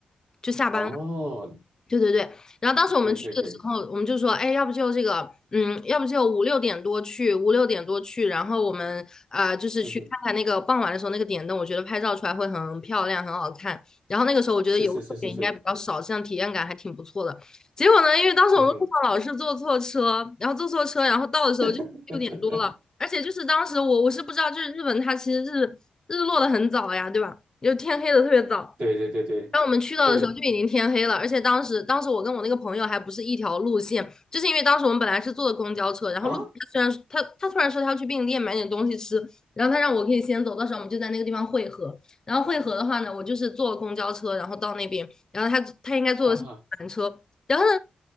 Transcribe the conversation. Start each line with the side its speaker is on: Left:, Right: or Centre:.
Left: 就下班。
Right: 哦，
Left: 对对对，然后当时我们去的时候，
Right: 可以可以可以，
Left: 我们就说，哎，要不就这个，嗯，要不就五六点多去，五六点多去，然后我们啊、就是去看看那个傍晚的时候那个点灯，
Right: 嗯哼，
Left: 我觉得拍照出来会很漂亮，很好看。然后那个时候我觉得游客也应该比较少，
Right: 是是是是是，
Left: 这样体验感还挺不错的。结果呢，因为当时我们路上老是坐错车，
Right: 嗯哼，
Left: 然后坐错车，然后到的时候就六点多了，
Right: <laughs>
Left: 而且就是当时我我是不知道，就是日本它其实是日落的很早呀，对吧？就天黑的特别早。
Right: 对对对对对
Left: 当我们去到的时候就已经天黑了，而且当时当时我跟我那个朋友还不是一条路线，就是因为当时我们本来是坐的公交车，然后路他虽然说他他突然说他要去便利店买点东西吃，
Right: 啊
Left: 然后他让我可以先走，到时候我们就在那个地方汇合。然后汇合的话呢，我就是坐了公交车，然后到那边，然后他他应该坐的是缆车，
Right: 啊哈
Left: 然后呢，